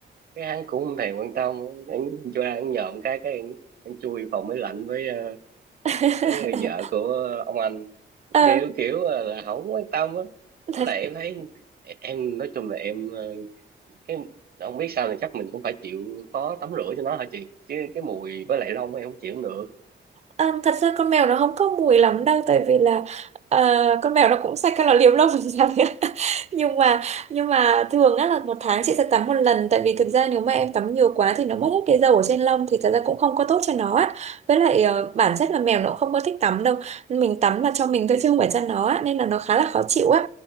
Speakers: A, on the right; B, on the right.
A: cái hắn cũng không thèm quan tâm hắn cho hắn nhòm cái cái hắn, hắn chui vào máy lạnh với ờ,
B: <laughs>
A: với vợ của ông anh
B: Ờ,
A: kiểu kiểu là không quan tâm á
B: thật
A: với lại em thấy em nói chung là em ờ, cái không biết sao này chắc mình cũng phải chịu khó tắm rửa cho nó hả chị chứ cái mùi với lại lông em không chịu cũng được
B: À, thật ra con mèo nó không có mùi lắm đâu tại vì là ờ, con mèo nó cũng sạch cái nó liếm lông <laughs> làm sao đấy <laughs> nhưng mà nhưng mà thường á là một tháng chị sẽ tắm một lần tại vì thực ra nếu mà em tắm nhiều quá thì nó mất hết cái dầu ở trên lông thì thật ra cũng không có tốt cho nó á với lại ờ, bản chất là mèo nó cũng không có thích tắm đâu mình tắm là cho mình thôi chứ không phải cho nó á nên là nó khá là khó chịu á